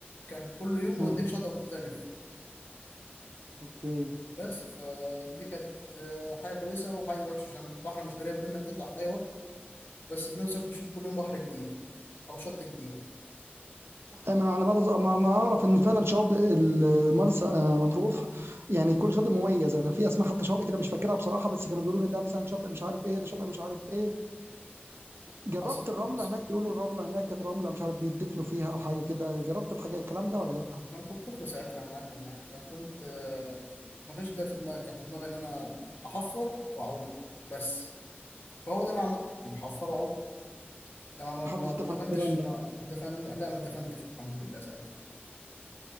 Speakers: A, on the left; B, on the right.
A: كان كل يوم بيوديك
B: مم.
A: شاطئ مختلف
B: اوكي
A: بس فدي كانت آه، حاجه كويسه وحاجه وحشه عشان البحر مش قريب منك تطلع في اي وقت بس في نفس الوقت بتشوف كل يوم بحر جديد او شط جديد
B: ايمن على ما أتذ- ما ما اعرف ان فعلا شاطئ المرسى آه، مطروح يعني كل شاطئ مميز انا في اسماء حتى شاطئ كده مش فاكرها بصراحه بس كانوا بيقولوا ان ده مثلا شاطئ مش عارف ايه ده شاطئ مش عارف ايه جربت
A: حصل
B: الرمله
A: حصل
B: هناك بيقولوا الرمله هناك الرمله مش عارف بيدفنوا فيها او حاجه كده جربت الحاجه الكلام ده ولا لا
A: انا كنت طفل ساعتها يا معلم يعني انا كنت آه، ما كانش ده في دماغي كان في دماغي ان انا احفر واعوم بس فهو ده اللي عملته بحفر واعوم انا ما
B: محدش
A: ما
B: دفن
A: ما دفنتش
B: في الرمله
A: ما ما دفن لا ما دفنتش الحمد لله ساعتها